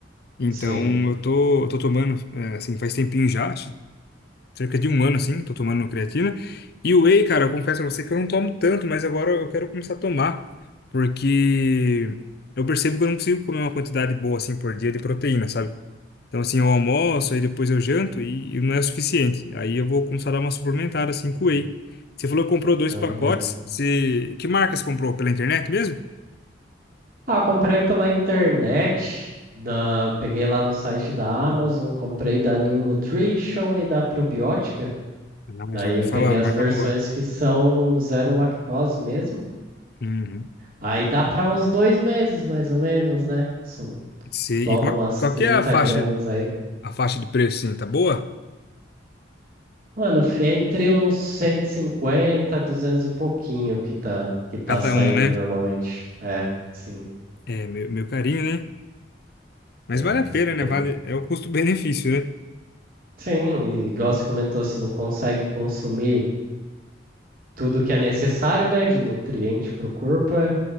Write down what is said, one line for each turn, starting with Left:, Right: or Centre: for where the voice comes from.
Left: Então,
Right: Sim.
Left: eu tô, eu tô tomando, é, assim, faz tempinho já. cerca de um ano, assim, tô tomando creatina. E o whey, cara, eu confesso a você que eu não tomo tanto, mas agora eu quero começar a tomar, porque eu percebo que eu não consigo comer uma quantidade boa, assim, por dia de proteína, sabe? Então, assim, eu almoço, aí depois eu janto e e não é o suficiente. Aí eu vou começar a dar uma suplementada, assim, com whey. Você falou que comprou dois
Right: Tá
Left: pacotes.
Right: ligado.
Left: Você... Que marca você comprou? Pela internet mesmo?
Right: Ah, eu comprei pela internet, da... peguei lá no site da Amazon, comprei da New Nutrition e da Probiótica.
Left: Ah,
Right: Daí
Left: já ouvi
Right: eu
Left: falar,
Right: peguei as
Left: marca
Right: versões
Left: boa.
Right: que são zero lactose mesmo.
Left: Uhum.
Right: Aí dá pra uns dois meses, mais ou menos, né? Só
Left: Você-
Right: Toma
Left: E qual,
Right: umas
Left: qual
Right: 30
Left: que é a faixa,
Right: gramas aí.
Left: a faixa de preço, assim, tá boa?
Right: Mano, fi- entre uns 150, 200 e pouquinho que tá, que tá
Left: Cada
Right: saindo
Left: um, né?
Right: normalmente. É, sim.
Left: É, meu, meu carinho, né? Mas
Right: É.
Left: vale a pena, né?
Right: pre-
Left: Vale, é o custo-benefício, né?
Right: Sim, e igual você comentou, se não consegue consumir tudo que é necessário, né, de nutriente para o corpo, é,